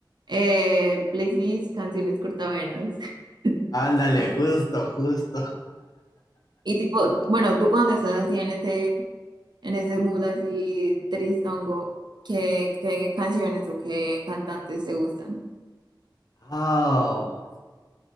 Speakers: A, on the right; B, on the left.
A: eh, playlist, canciones cortavenas. <laughs>
B: Ándale, justo, justo.
A: Y tipo, bueno, tú cuando estás así en ese, en ese mood así tristongo, ¿qué, qué canciones o qué cantantes te gustan?
B: Oh.